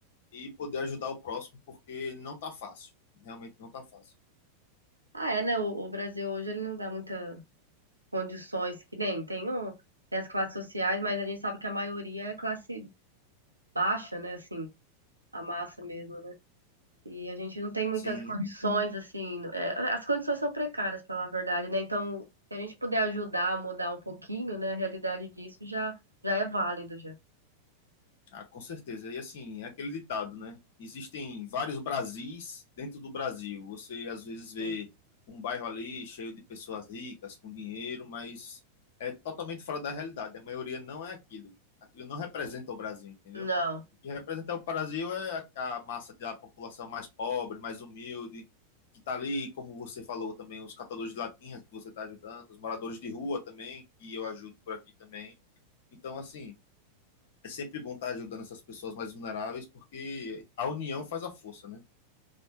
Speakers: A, on the left; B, on the right.
A: e poder ajudar o próximo, porque não tá fácil. Realmente não tá fácil.
B: Ah, é, né? O, o Brasil hoje ele não dá muitas condições que nem tem, o, tem as classes sociais, mas a gente sabe que a maioria é classe baixa, né? Assim, a massa mesmo, né? E a gente não tem muitas
A: Sim,
B: condições, assim, é, as condições são precárias, para falar a verdade, né? Então, se a gente puder ajudar a mudar um pouquinho, né, a realidade disso já, já é válido, já.
A: ah, com certeza. E assim, é aquele ditado, né? Existem vários Brasis dentro do Brasil. Você às vezes vê
B: Sim.
A: um bairro ali cheio de pessoas ricas, com dinheiro, mas é totalmente fora da realidade. A maioria não é aquilo. Aquilo não representa o Brasil, entendeu?
B: Não.
A: E representar o Brasil é a, a massa da população mais pobre, mais humilde, que está ali, como você falou também, os catadores de latinhas que você está ajudando, os moradores de rua também, que eu ajudo por aqui também. Então, assim, é sempre bom estar ajudando essas pessoas mais vulneráveis, porque a união faz a força, né?